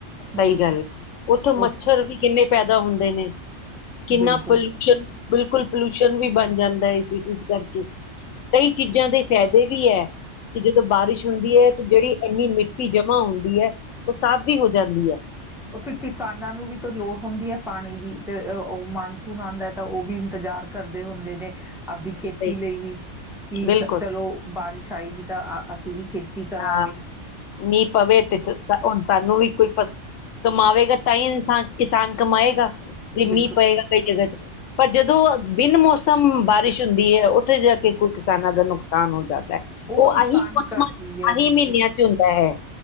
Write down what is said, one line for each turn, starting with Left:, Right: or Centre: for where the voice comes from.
Centre: ਹੂੰ
Left: ਸਹੀ ਗੱਲ, ਉੱਥੇ
Centre: ਬਿਲਕੁਲ, ਔਰ
Left: ਮੱਛਰ ਵੀ ਕਿੰਨੇ ਪੈਦਾ ਹੁੰਦੇ ਨੇ। ਕਿੰਨਾ
Centre: ਬਿਲਕੁਲ
Left: ਪੌਲੂਸ਼ਨ
Centre: ਪੋਲੂਸ਼ਨ,
Left: ਬਿਲ <unintelligible> <unintelligible> ਵੀ ਬਣ ਜਾਂਦਾ, ਇਸ ਚੀਜ਼ ਕਰਕੇ ਕਈ ਚੀਜ਼ਾਂ ਦੇ ਫਾਇਦੇ ਵੀ ਐ ਕਿ ਜਦੋਂ ਬਾਰਿਸ਼ ਹੁੰਦੀ ਹੈ ਤੇ ਜਿਹੜੀ ਇੰਨੀ ਮਿੱਠੀ ਕਿ ਜੋ ਹੁੰਦੀ ਐ। ਉਹ ਸਾਫ਼ ਵੀ ਹੋ ਜਾਂਦੀ ਐ।
Centre: ਉਹ ਫਿਰ ਕਿਸਾਨਾਂ ਨੂੰ ਵੀ ਤਾਂ ਲੋੜ ਹੁੰਦੀ ਐ। ਪਾਣੀ ਦੀ ਤੇ ਉਹ ਮਾਨਸੂਨ ਆਉਂਦਾ ਐ ਤਾਂ ਉਹ ਵੀ ਇੰਤਜ਼ਾਰ ਕਰਦੇ ਹੁੰਦੇ ਨੇ। ਆਪਦੀ ਖੇਤੀ
Left: ਸਹੀ
Centre: ਲਈ ਵੀ ਕਿ
Left: ਬਿਲਕੁਲ
Centre: ਚਲੋ ਬਾਰਿਸ਼ ਆਏਗੀ ਤਾਂ ਅਸੀਂ ਵੀ ਖੇਤੀ ਕਰਾਂਗੇ
Left: ਹਾਂ, ਮੀਂਹ ਪਵੇ ਤੇ ਹੁਣ ਸਾਨੂੰ ਵੀ ਕੋਈ ਪ ਕਮਾਵੇਗਾ ਤਾਂ ਹੀ ਇਨਸਾਨ ਕਿਸਾਨ ਕਮਾਏਗਾ, ਜੇ
Centre: ਬਿਲਕੁਲ
Left: ਮੀਂਹ ਪਏਗਾ ਕਈ
Centre: ਪੇਟੀ
Left: ਜਗ੍ਹਾ,
Centre: ਵਿੱਚ,
Left: ਪਰ ਜਦੋਂ ਬਿਨ ਮੌਸਮ ਬਾਰਿਸ਼ ਹੁੰਦੀ ਹੈ, ਉੱਥੇ ਜਾ ਕੇ ਕੋਈ ਕਿਸਾਨਾਂ ਦਾ ਨੁਕਸਾਨ ਹੋ ਜਾਂਦਾ ਐ। ਉਹ
Centre: ਨੁਕਸਾਨ
Left: ਆਹੀ ਮੌਸਮਾਂ
Centre: ਕਰਦੀ ਹੈ
Left: ਆਹੀ
Centre: ਬਿਲਕੁਲ
Left: ਮਹੀਨਿਆਂ ਚ ਹੁੰਦਾ ਹੈ।